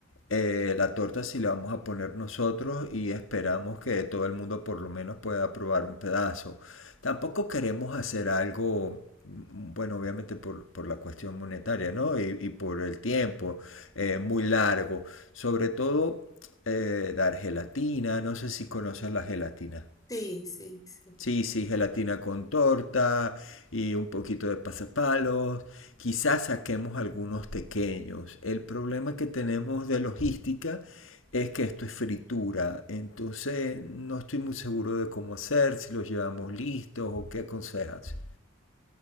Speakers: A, on the left; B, on the left.
A: eh, la torta sí la vamos a poner nosotros y esperamos que todo el mundo por lo menos pueda probar un pedazo. Tampoco queremos hacer algo, mm, bueno, obviamente por, por la cuestión monetaria, ¿no? Y, y por el tiempo eh, muy largo. Sobre todo eh, dar gelatina, no sé si conoces la gelatina.
B: Sí, sí, sí.
A: Sí, sí, gelatina con torta y un poquito de pasapalos. Quizás saquemos algunos pequeños. El problema que tenemos de logística es que esto es fritura. Entonces no estoy muy seguro de cómo hacer, si los llevamos listos o qué aconsejas.